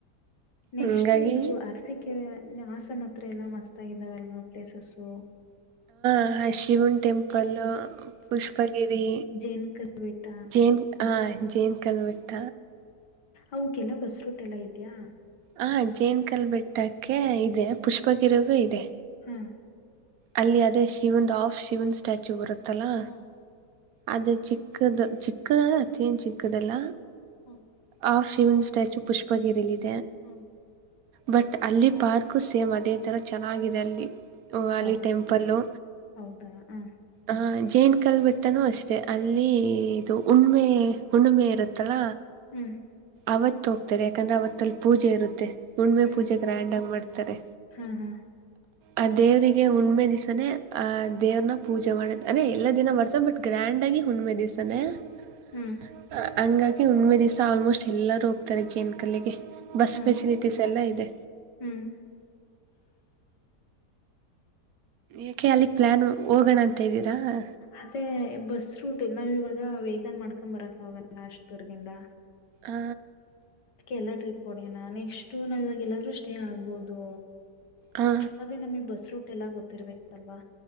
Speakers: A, on the left; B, on the right.
A: ನೆಕ್ಸ್ಟ್
B: ಹಂಗಾಗಿ
A: ಇದು ಅರಸೀಕೆರೆ ಹಾಸನ ಹತ್ರ ಎಲ್ಲಾ ಮಸ್ತ್ ಆಗಿದಾವೆಲ್ವ ಪ್ಲೇಸಸು
B: ಆ ಶಿವನ್ ಟೆಂಪಲ್ ಪುಷ್ಪಗಿರಿ
A: ಜೇನ್ ಕಲ್ ಬೆಟ್ಟ
B: ಜೇನುಕಲ್ಲು ಜೇನುಕಲ್ ಬೆಟ್ಟ
A: ಅವುಕೆಲ್ಲ ಬಸ್ ರೂಟ್ ಎಲ್ಲ ಇದ್ಯಾ
B: ಹ ಜೇನ್ ಕಲ್ ಬೆಟ್ಟಕ್ಕೆ ಇದೆ ಪುಷ್ಪಗಿರಿಗೂ ಇದೆ
A: ಹ್ಮ
B: ಅಲ್ಲಿ ಅದೇ ಶಿವನ್ ಆಫ್ ಶಿವನ್ ಸ್ಟ್ಯಾಚು ಬರುತ್ತಲಾ
A: ಹಾ ಹಾ
B: ಅದು ಚಿಕ್ಕದು ಚಿಕ್ಕದಂದ್ರೆ ಅತಿಹೇನು ಚಿಕ್ಕದಲ್ಲ
A: ಹ್ಮ
B: ಆ ಶಿವನ್ ಸ್ಟ್ಯಾಚು ಪುಸ್ಪ ಗೀರಿಲಿದೆ.
A: ಹ್ಮ್
B: ಬಟ್ ಅಲ್ಲಿ ಪಾರ್ಕು ಸೇಮ್ ಅದೇ ತರ ಚೆನ್ನಾಗಿದೆ ಅಲ್ಲಿ ವೋ ಅಲ್ಲಿ.
A: ಹೌ
B: ಟೆಂಪಲ್ಲ
A: ಹೌದಾ ಹ
B: ಹ್ ಜೈನ್ ಕಲ್ ಬೆಟ್ಟನು ಅಷ್ಟೇ ಸ್ಟೆ ಅಲ್ಲಿ ಇದು ಉುಣ್ಮೆ ಹುಣ್ಣಿಮೆ ಇರುತ್ತಲ್ಲ.
A: ಹ್ಮ್
B: ಅವತ್ ಹೋಗ್ತಾರೆ ಯಾಕಂದ್ರ ಅವತ್ತಲ್ಲಿ ಪೂಜೆ ಇರುತ್ತೆ. ಹುಣ್ಮೆ
A: ಹ್ಮ್
B: ಪೂಜೆ ಗ್ರ್ಯಾಂಡಾಗ ಮಾಡ್ತಾರೆ
A: ಹಾ ಹಾ
B: ಆ ದೇವರಿಗೆ ಹುಣ ಹುಣ್ಮೆ ದಿವಸನೆ ಅ ದೇವ್ರನ್ ಪೂಜೆ ಮಾಡದ ಅದೇ ಎಲ್ಲ ದಿನ ಮಾಡ್ತದ ಬಟ್ ಗ್ರ್ಯಾಂಡಾಗಿ ಹುಣ್ಣ್ಮೆ ದಿವಸನೆ. ಅ
A: ಹ್ಮ್
B: ಹಂಗಾಗಿ ಹುಣ್ಣ್ಮೇ ದಿವಸಾ ಆಲ್ಮೋಸ್ಟ್ ಎಲ್ಲರ ರ್ ಹೋಗ್ತಾರೆ ಜೇನ ಕಲ್ಲಿಗೆ ಬಸ್
A: ಹಾ
B: ಫೆಸಿಲಿಟೀಸ್ ಎಲ್ಲ ಇದೆ.
A: ಹ್ಮ್
B: ಏಕೆ ಅಲ್ಲಿಗ ಪ್ಲ್ಯಾನು ಹೋಗೋಣ ಅಂತ ಇದ್ದೀರಾ
A: ಅದೇ ಬಸ್ ರೂಟ್ ನಾವ್ ಇವಾಗ ವೆಕಲ್ ಮಾಡ್ಕೊಮ್ಬರಕ್ ಆಗಲ್ಲ ಅಷ್ಟ ದೂರ್ದಿಂದ.
B: ಹ
A: ಎಲ್ಲ ಟ್ರಿಪ್ ಹೊಡ್ಯಣ ನೆಕ್ಷ್ಟು ನಾ ಇವಾಗ ಎಲ್ಲಾದ್ರೂ ಸ್ಟೇ ಆಗ್ಬೋದು.
B: ಆ
A: ಆದ್ರೆ ನಮಗೆ ಬಸ್ ರೂಟ್ ಎಲ್ಲಾ ಗೊತ್ತಿರ್ಬೇಕಲ್ವಾ